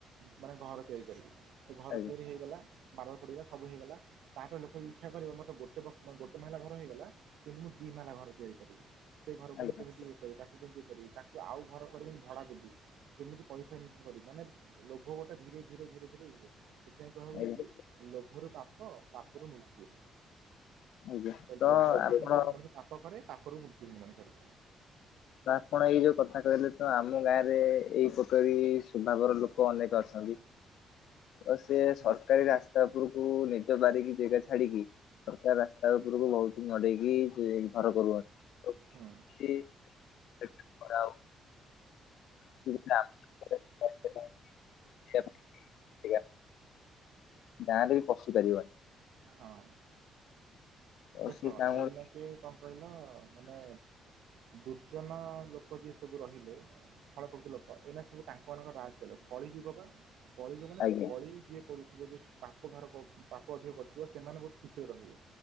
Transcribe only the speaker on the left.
ଆଜ୍ଞା
ଆଜ୍ଞା
ଆଜ୍ଞା
ଆଜ୍ଞା
ଆପଣ
ତା ଆପଣ ଏଇ ଯୋଉ କଥା କହିଲେ ତ ଆମ ଗାଁରେ ଏଇ ପକାରି ସ୍ବଭାବର ଲୋକ ଅନେକ ଅଛନ୍ତି। ତ ସେ
ସରକାରୀ ରାସ୍ତା ଉପରୁ କୁ ନିଜ ବାରିକି ଜେଗା ଛାଡିକି ସରକାର ରାସ୍ତା ଉପରକୁ ବହୁତ ମଡେଇକି ଘର କରୁଛନ୍ତି। ଓକେ
ସେ କଣ ଆଉ? <inaudible> ଆମେରିକା ପାଇଁ ଜାଗା ଗାଁରେ ବି ପଶି ପାରିବନି।
ତ
ସେ ଚାହୁଁ
ଆଜ୍ଞା